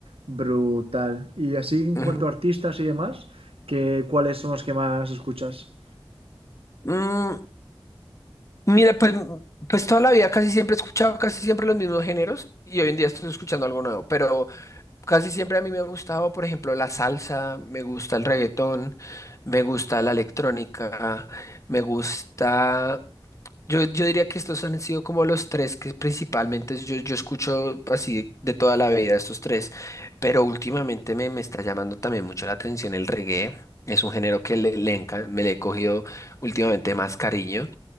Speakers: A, on the right; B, on the left.
A: brutal. Y así en
B: Ujú.
A: cuanto a artistas y demás, ¿qué ¿cuáles son los que más escuchas?
B: Mm, mira, pues, pues toda la vida casi siempre he escuchado casi siempre los mismos géneros y hoy en día estoy escuchando algo nuevo, pero Casi siempre a mí me ha gustado, por ejemplo, la salsa, me gusta el reggaetón, me gusta la electrónica, me gusta... Yo, yo diría que estos han sido como los tres que principalmente yo, yo escucho así de toda la vida estos tres, pero últimamente me, me está llamando también mucho la atención el reggae, es un género que le, le enca- me le he cogido últimamente más cariño.